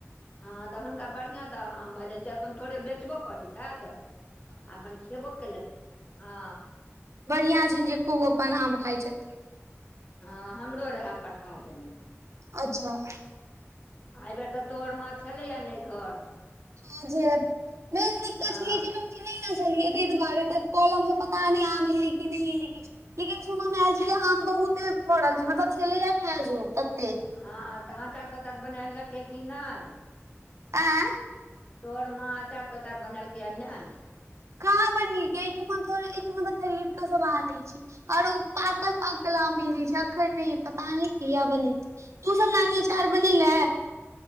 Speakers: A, on the left (about 30°); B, on the right (about 70°).
A: हँ तऽ हुनका बढ़िआँ द आम बऽ जाइ छै अपन थोड़े बेचबो करैत छथि अपन खबो केलक हँ
B: बढ़िआँ छनि जे खूब अपन आम खाइत छथि
A: हँ हमरो रहए पठा देने
B: अच्छा
A: एहि बेेर तऽ तोहर मा छलैए ने घर
B: हँ ज मेन दिक्कत
A: हँ
B: छलैय जे ने छलियै ताहि दुआरे त कॉलम मे पता नहि आम एलै कि नहि एलै किछु लेकिन सुनमे आयल छी आम बहुते पड़ल छै मतलब छलेलै या खाय जोग ततेक
A: हँ तऽ अचार तचार बना लेलकै कि नहि
B: आँ
A: तोहर मा अचार तचार बनेलकै या नहि
B: कहाँ बनि गे अहि ठाम अहि ठाम त खरीद क सब आनइ छै आओर ओ पाकल पाकल आम मिलै छै अखन नहि पता नहि कहिया बनेतय तुं सब नानीे अचार बनैले